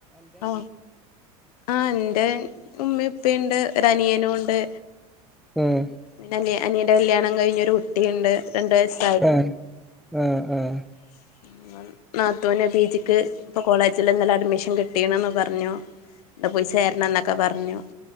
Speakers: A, on the left; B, in the centre.
A: ആ ആ എൻ്റെ ഉമ്മേയുപ്പേയുണ്ട് ഒരനിയനു ഉണ്
B: ഉം
A: ണ്ട്, അനി അനിയൻ്റെ കല്യാണം കഴിഞ്ഞൊരു കുട്ടിണ്ട്. രണ്ട് വയസ്.
B: ആഹ്, ആഹ്, ആഹ്.
A: <inaudible> നാത്തൂന് പീജിക്ക് ഇപ്പൊ കോളേജിലിന്നലെ അഡ്മിഷൻ കിട്ടീണ്ന്ന് പറഞ്ഞു ട പോയി ചേരണംന്നൊക്ക പറഞ്ഞു.